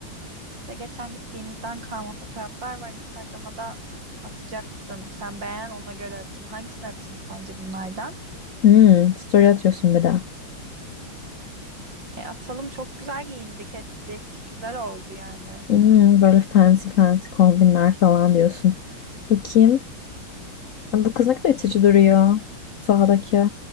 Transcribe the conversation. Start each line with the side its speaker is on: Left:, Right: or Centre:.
Right: İşte geçen gittiğimizden kalma fotoğraflar var. Instagram'a da atacaktım. Sen beğen ona göre atayım. Hangisini atayım sence bunlardan?
Left: Hmm, story atıyorsun bir de.
Right: E, atalım çok güzel giyindik ettik. Güzel oldu yani.
Left: Hmm, böyle fancy fancy kombinler falan diyorsun. Bakayım. Ay, Bu kız ne kadar itici duruyor. Sağdaki.